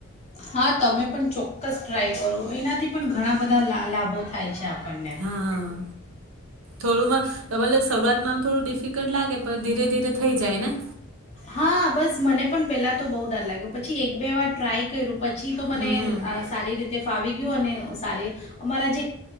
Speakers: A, on the left; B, on the right.
A: હા તમે પણ ચોક્કસ ટ્રાય કરો એનાથી પણ ઘણા બધા લાભો થાય. છે આપણને.
B: હા હા થોડુંમાં, મતલબ શરૂઆતમાં આમ થોડું ડિફિકલ્ટ લાગે પણ ધીરે ધીરે થઈ જાય ને.
A: હા બસ મને પણ પેલા તો બહુ ડર લાગ્યો પછી એક બે વાર ટ્રાય કર્યું. પછી તો મને
B: હમ
A: સારી રીતે ફાવે. આવી ગું અને સારી, અમારા જે